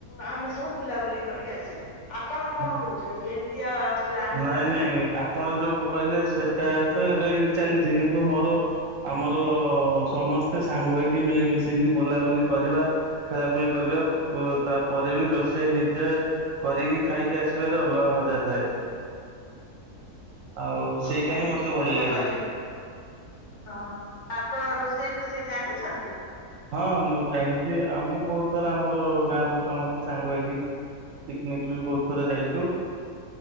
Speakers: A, on the left; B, on the right.
A: ଆମେ ସବୁ ବୁଲାବୁଲି କରିକି ଆସିବା। ଆପଣ କଣ
B: ହୁଁ
A: କହୁଛନ୍ତି କେମିତିଆ ପ୍ଲାନ
B: ନାଇଁ
A: କଲେ
B: ନାଇଁ
A: ହବ?
B: ଆପଣ ଯୋଉ କହିଲେ ସେଟା ତ ଏବେ ବି ଚାଲିଚି କିନ୍ତୁ ମୋର ଆମର ସମସ୍ତେ ସାଙ୍ଗ ହେଇକି ମିଳିମିଶିକି ବୁଲାବୁଲି କରିବା ଖେଳାଖୁଳି କରିବା ତାପରେ ବି ରୋଷେଇ ନିଜେ କରିକି ଖାଇକି ଆସିବାରେ ଅଲଗା ମଜା ଥାଏ। ଆଉ
A: ହଁ
B: ସେଇଟା
A: ନାଇଁ
B: ହିଁ
A: ଠିକ୍
B: ମତେ ଭଲ
A: କଥା
B: ଲାଗେ।
A: କହିଲେ ହଁ ଆପଣ ରୋଷେଇ ଫୋଷେଇ ଜାଣିଚନ୍ତି?
B: ହଁ ମୁଁ ଜାଣିଚି ଆଉ ମୁଁ ବହୁତ ଥର ଆମର ଗାଁ ରୁ ସମସ୍ତେ ସାଙ୍ଗ ହେଇକି ପିକନିକ୍ ବି ବହୁତ ଥର ଯାଇଚୁ।